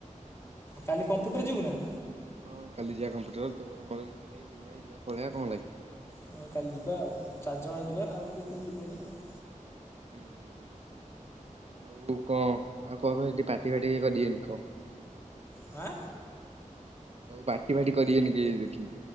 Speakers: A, on the left; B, on the right.
A: କାଲି କମ୍ପୁଟର ଯିବୁ, ନା?
B: ହଁ, କାଲି ଯିବା କମ୍ପ୍ୟୁଟର, ତ ପଳେଇଆ କଣ ହେଲାକି?
A: ହଁ, କାଲି ଯିବା ଆଉ। ଚାରିଜଣ ଯିବା
B: ହୁଁ
A: ଆଉ, କିଏ ତ ଯିବେନି ଆଉ।
B: <unintelligible> କୁ କ ଆଉ କଣ କ ସେଠି ପାଟି-ଫାଟି କେହି କରିବେନି କ
A: ଆ
B: ପାଟି ଫାଟି କରିବେନି କେ, ଦେଖିକି